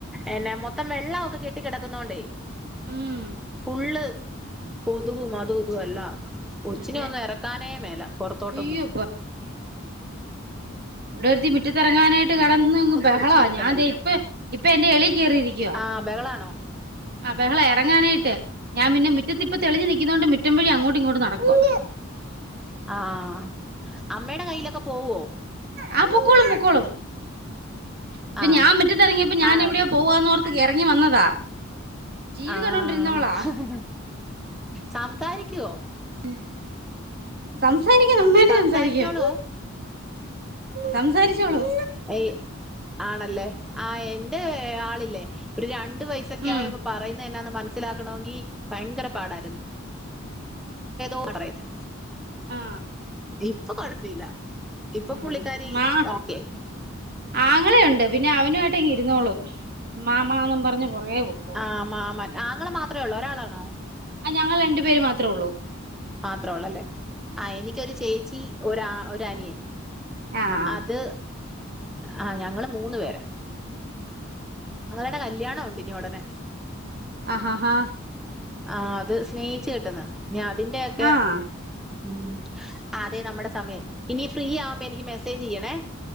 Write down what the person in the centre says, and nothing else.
എന്നാ മൊത്തം വെള്ളവൊക്കെ കെട്ടി കെടക്കുന്നോണ്ടേ
ഫുള്ള് കൊത്കും അതും ഇതും എല്ലാം കൊച്ചിനെ
ഒന്നും എറക്കാനേ മേല പൊറത്തോട്ടൊന്നും
വിളിച്ചു വരുത്തണ്ടല്ലോ
ആഹ് ബഹളാണോ
ആഹ് അമ്മേടെ കയ്യിലൊക്കെ പോവോ
ആഹ്
ആഹ്
ആഹ്
സംസാരിക്യുവോ
സംസാരിച്ചോളോ
ഏയ്‌ ആണല്ലേ ആഹ് എന്റെ ആളില്ലേ ഒരു രൺ രണ്ട് വയസൊക്കെ
ആയപ്പോ പറയുന്നെ എന്നാന്ന് മനസ്സിലാക്കണോങ്കി ഭയങ്കര പാടായിര്ന്ന് ഏതോ ആ പറയ്ന്നെ
ഇപ്പൊ കൊഴപ്പില്ല ഇപ്പ
പുള്ളിക്കാരി
ഓക്കെ ആയി
ആഹ് മാമാൻ ആങ്ങളമാത്രെ ഉള്ളൂ
ഒരാളാണോ
മാത്ര ഒള്ളല്ലേ ആഹ് എനിക്കൊരു ചേച്ചി ഒരാ ഒര് അനിയൻ
അത് ആഹ് ഞങ്ങള് മൂന്ന് പേരാ ണ്ടെ കല്യാണ ഒണ്ട് ഇഞ് ഒടനെ
ആഹ് അത് സ്നേഹിച്ചു കെട്ടുന്നതാ ഇഞ്ഞി അതിന്റെയെക്കെ
ഉം അതേ നമ്മടെ സമയം ഇനി ഫ്രീ ആവ് മ്പൊ എനിക്ക് മെസേജ്യ്യണേ